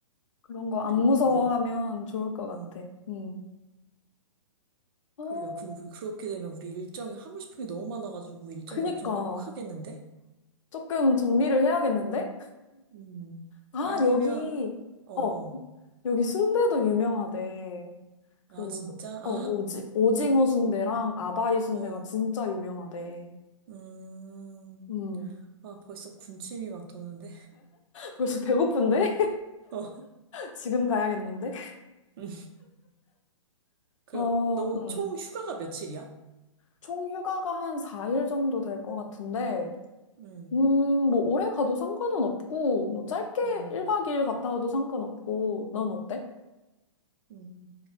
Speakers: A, on the left; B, on the right.
A: 그런 거
B: 그리고
A: 안 무서워하면
B: 우리
A: 좋을 것 같아.
B: 음음
A: 응. 어,
B: 그리고 야 근 그렇게 되면 우리 일정이 하고 싶은 게 너무 많아가지고 일정이
A: 그니까.
B: 엄청 빡빡하겠는데
A: 조금 정리를 해야겠는데?
B: 음
A: 아,
B: 아니면
A: 여기,
B: 어어아
A: 어, 여기 순대도 유명하대. 그,
B: 진짜 아
A: 어, 오지, 오징어 순대랑 아바이 순대가
B: 어
A: 진짜 유명하대.
B: 음,
A: 음,
B: 아, 벌써 군침이 막 도는데? <laughs>
A: 벌써 배고픈데?
B: 어,
A: <laughs> 지금 가야겠는데?
B: 음, 그,
A: 어,
B: 너
A: 음.
B: 총 휴가가 며칠이야?
A: 총 휴가가 한 4일 정도 될 것 같은데,
B: 음,
A: 음, 뭐, 오래 가도 상관은 없고, 뭐, 짧게
B: 음,
A: 1박 2일 갔다 와도 상관없고, 넌 어때?
B: 음.